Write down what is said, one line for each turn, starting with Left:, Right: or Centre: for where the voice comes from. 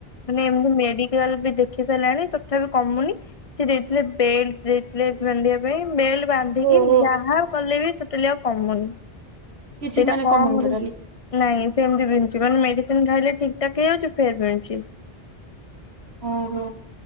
Left: ମାନେ ଏମିତି ମେଡିକାଲ ବି ଦେଖେଇ ସାରିଲାଣି ତ ତଥାପି କମୁନି ସେ ଦେଇଥିଲେ ବେଲଟ ଦେଇଥିଲେ ବାନ୍ଧିବା ପାଇଁ ବେଲ ବାନ୍ଧିକି
Right: ଓ ହୋ
Left: ଯାହା କଲେ ବି ଟୋଟାଲି ଆଉ କମୁନି
Right: କିଛି
Left: ସେଇଟା
Right: ମାନେ
Left: କଣ
Right: କମୁନି
Left: ହଉନି
Right: ଟୋଟାଲି
Left: ନାଇଁ ସେମିତି ବିନ୍ଧୁଛି। ମାନେ ମେଡିସିନ ଖାଇଲେ ଠିକ ଠାକ ହେଇଯାଉଛି ଫେର୍ ବିନ୍ଧୁଛି।
Right: ଓହୋ